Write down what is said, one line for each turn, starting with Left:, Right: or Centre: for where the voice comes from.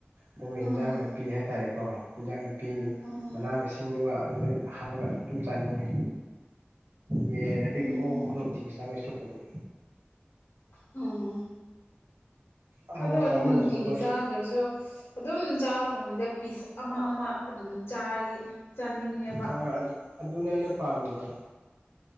Right: ꯗꯨꯒ
Left: ꯎꯝ
Right: ꯏꯟꯖꯥꯡ ꯅꯥꯄꯤ ꯍꯥꯏꯇꯥꯔꯦꯀꯣ ꯏꯟꯖꯥꯡ ꯅꯥꯄꯤ
Left: ꯎꯝ
Right: ꯃꯥꯅ ꯃꯁꯤꯡꯗꯨꯒ ꯑꯗꯨꯗꯩ ꯍꯥꯞꯄꯒ ꯑꯗꯨꯝ ꯆꯥꯅꯤꯡꯉꯦ ꯌꯦꯟ ꯅꯥꯗꯤ
Left: ꯎꯝ
Right: ꯑꯣꯛ ꯀꯨꯝꯕ ꯅꯨꯡꯇꯤꯒꯤ ꯆꯥꯕꯩ ꯁ꯭ꯔꯨꯛ ꯄꯨꯗꯤ
Left: ꯎꯝ
Right: ꯑꯍꯥꯎꯕ
Left: ꯑꯗꯨ ꯑꯣꯏꯔꯁꯨ
Right: ꯆꯥꯃꯜꯂꯁꯨ
Left: ꯅꯨꯡꯇꯤꯒꯤ
Right: ꯑꯩꯈꯣꯏ
Left: ꯆꯥꯗ꯭ꯔꯁꯨ ꯑꯗꯨꯝ ꯆꯥꯕ ꯀꯥꯟꯗ ꯄꯤꯁ ꯑꯃ ꯑꯃ ꯑꯗꯨꯝ ꯆꯥꯔꯗꯤ ꯆꯥꯅꯤꯡꯉꯦꯕ
Right: ꯍꯣꯏ ꯑꯗꯨꯅꯦ ꯑꯩꯅ ꯄꯥꯝꯃꯤꯗꯣ